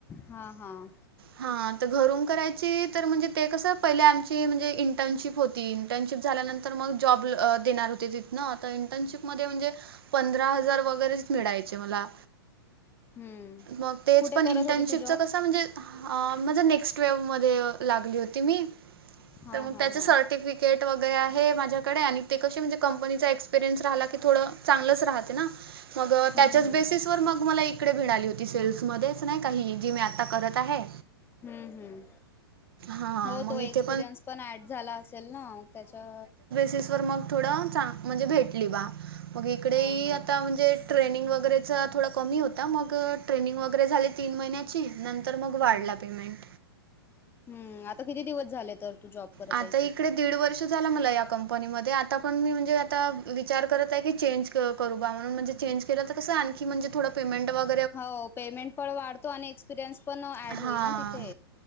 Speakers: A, on the left; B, on the right.
A: हां, हां.
B: हा तर घरून करायची तर म्हणजे ते कस पहिले आमची म्हणजे इंटर्नशिप होती. ती इंटर्नशिप झाल्यानंतर मग जॉब देणार होती तिथनं इंटर्नशिपमध्ये म्हणजे पंधरा हजार वगैरेच मिळायचे मला
A: हं.
B: मग तेच
A: कुठे
B: पण
A: करत
B: इंटर्नशिपच
A: होती तू जॉब?
B: कस म्हणजे माझ्या नेक्स्ट वेव मध्ये लागली होती मी
A: हां,
B: तर मग
A: हां,
B: त्याच्या
A: हां.
B: सर्टिफिकेट केट वगैरे आहे माझ्या ते कसं कंपनीचा एक्सपीरियन्स राहिला की थोडं चांगलंच राहते ना मग त्याच्याच
A: हं, हं.
B: बेसिस तर मग, मला इकडे मिळाली होती, सेल्स मध्येच, नाही का, ही जी मी आता, करत आहे.
A: हम्म हम्म.
B: हां
A: हो,
B: मग
A: तो
B: इथे
A: एक्सपिरियन्स पण ऍड झाला असेल ना, त्याच्या
B: तीस वर मंग थोडं, चां म्हणजे भेटली बा, मग इकडे
A: हां
B: ये
A: हां
B: आता, म्हणजे ट्रेनिंग वगैरेचा थोडा कमी होता, मग ट्रेनिंग वगैरे झाली, तीन महिन्याची. नंतर, मग
A: हम्म.
B: वाढला पेमेंट.
A: हम्म, आता किती दिवस झाले, तर तू जॉब करत
B: आता
A: आहे
B: इकडे, दीड वर्ष झाला, मला या कंपनीमध्ये, आता पण मी, म्हणजे आता विचार करत ये की, चेंज क-करू बा, म्हणून म्हणजे चेंज केलंत कसं आणखी, म्हणजे थोडं पेमेंट वग
A: हो पेमेन्ट पण वाढतो, आणि एक्सपिरियन्स पण ऍड होईल
B: हां
A: ना तिथे,